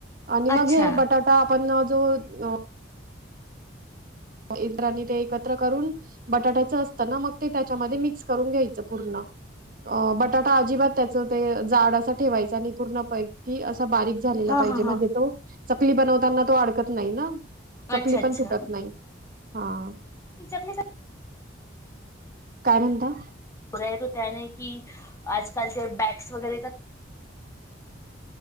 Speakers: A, on the right; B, on the left.
A: आणि मग
B: अच्छा
A: हे बटाटा आपण जो इत्रांनी ते एकत्र करून बटाट्याच असत ना मग ते त्याच्यामध्ये मिक्स करून घ्यायचं पूर्ण अ बटाटा अजिबात त्याच ते जाड असा ठेवायचा आणि पूर्ण पैकि असा बारीक झालेला
B: हा
A: पाहिजे
B: हा
A: म्हणजे
B: हा
A: तो चकली बनवताना तो अडकत नाही ना चकली
B: अच्छा अच्छा
A: पण तुटत नाही हा.
B: <inaudible>
A: काय म्हणता?
B: <unintelligible> त्याने की आजकालचे बॅगस वगैरे येतात